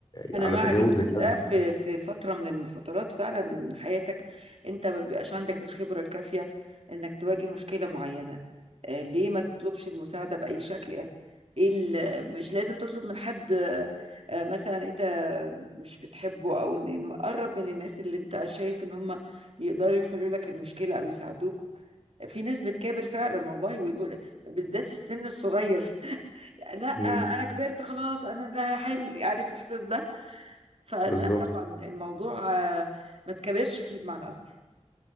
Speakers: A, on the right (about 60°); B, on the left (about 40°).
A: انا
B: على
A: مع
B: تجاوز
A: جدا
B: الأزمة
A: ده في في فتره من الفترات فعلا حياتك انت ما بيبقاش عندك الخبره الكافيه انك تواجه مشكله معينه آه، ليه ما تطلبش المساعده باي شكل يعني ايه ال- مش لازم تطلب من حد آه، آه، مثلا انت مش بتحبه او إن مقرب من الناس اللي انت شايف ان هم يقدروا يحلوا لك المشكله او يساعدوك في ناس بتكابر فعلا والله ويقول بالذات في السن الصغير <laughs> لا
B: مم.
A: انا كبرت خلاص انا اللي هحل عارف الاحساس ده فلا
B: بالظبط
A: طبعا الموضوع آه، ما تكبرش فيه بمعنى أصح